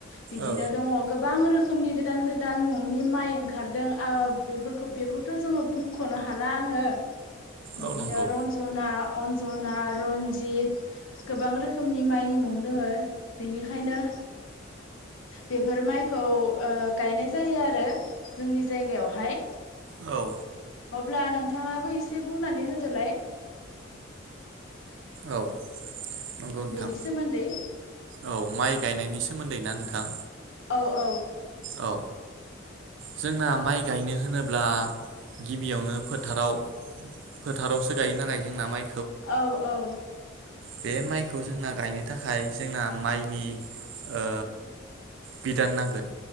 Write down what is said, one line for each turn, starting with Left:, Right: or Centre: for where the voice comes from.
Left: बिदिनो
Right: औ
Left: दङ गोबां रोखोमनि गोदान गोदान मुंनि माइ ओंखारदों ओ बेफोरखौ बेखौथ' जोङो बुंखनो हाला आङो। बिदिनो
Right: औ नंगौ
Left: रन्जना अन्जना, रनजित गोबां रोखोमनि माइनि मुं दोङो बिनिखायनो बेफोर माइ खौ ओ गायनाय जायो आरो जोंनि जायगायावहाय।
Right: औ।
Left: अब्ला नोंथाङाबो एसे बुंनानै होदोलाय।
Right: औ। नंगौ नोंथां
Left: बेनि सोमोन्दै
Right: औ माइ गायनायनि सा सोमोन्दै ना नोंथां।
Left: औ औ।
Right: औ जोंना माइ गायनो होनोब्ला गिबियावनो फोथाराव फोथारावसो गायो नालाय जोंना माइ
Left: औ औ।
Right: बे माइखौ जोंना गायनो थाखाय जोंना माइनि ओ बिदान नांगोन।